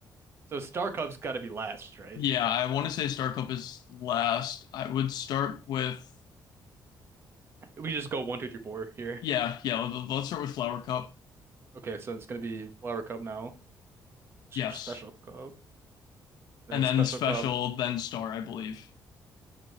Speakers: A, on the right; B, on the left.
A: So Star Cup's got to be last, right?
B: Yeah, I want to say Star Cup is last. I would start with
A: We just go one, two, three, four here.
B: yeah, yeah. let- Let's start with Flower Cup.
A: Okay, so it's gonna be Flower Cup now. It's
B: Yes,
A: your Special Cup, and
B: and
A: then
B: then
A: Special
B: Special,
A: Cup.
B: then Star, I believe.